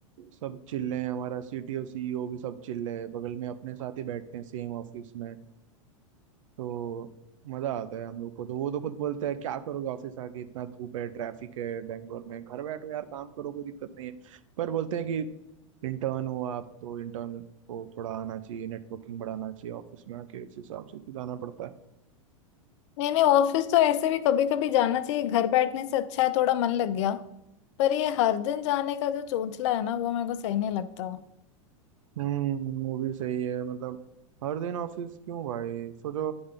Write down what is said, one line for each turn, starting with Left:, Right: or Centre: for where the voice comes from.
Right: सब चिल्ले हैं हमारा सीटीओ सीईओ भी सब चिल्ले है बगल में अपने साथ ही बैठते हैं सेम ऑफिस में तो मजा आता है हम लोग को तो वो तो खुद बोलते हैं क्या करोगे ऑफिस आके इतना धूप है ट्रैफिक है बैंगलोर में घर बैठो यार काम करो कोई दिक्कत नहीं है पर बोलते हैं कि इंटर्न हो आप तो इंटर्न को थोड़ा आना चाहिए नेटवर्किंग बढ़ाना चाहिए ऑफिस में आके उस हिसाब से भी जाना पड़ता है
Left: नहीं नहीं ऑफिस तो ऐसे भी कभी कभी जाना चाहिए घर बैठने से अच्छा है थोड़ा मन लग गया पर ये हर दिन जाने का जो चोंचला है ना वो मेरे को सही नहीं लगता
Right: हम्म वो भी सही है मतलब हर दिन ऑफिस क्यों भाई सोचो